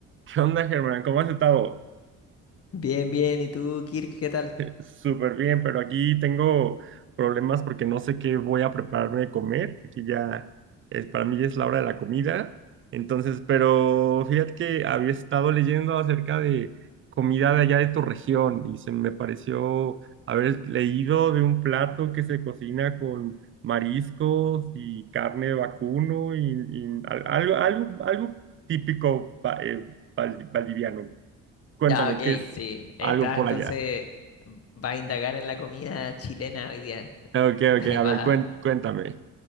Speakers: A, on the right; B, on the left.
A: ¿Qué onda, Germán? ¿Cómo has estado?
B: Bien, bien. ¿Y tú, Kirk, qué tal?
A: Súper bien, pero aquí tengo problemas porque no sé qué voy a prepararme de comer. Aquí ya es, para mí ya es la hora de la comida. Entonces, pero fíjate que había estado leyendo acerca de comida de allá de tu región y se me pareció haber leído de un plato que se cocina con mariscos y carne de vacuno y, y al- algo, algo, algo típico va- eh, val- valdiviano. Cuéntame,
B: Ya, ok,
A: ¿qué es
B: sí. Estás
A: algo por
B: entonces,
A: allá?
B: vas a indagar en la comida chilena hoy día.
A: Ok,
B: <laughs> Vas
A: ok, a ver,
B: a-
A: cuen- cuéntame.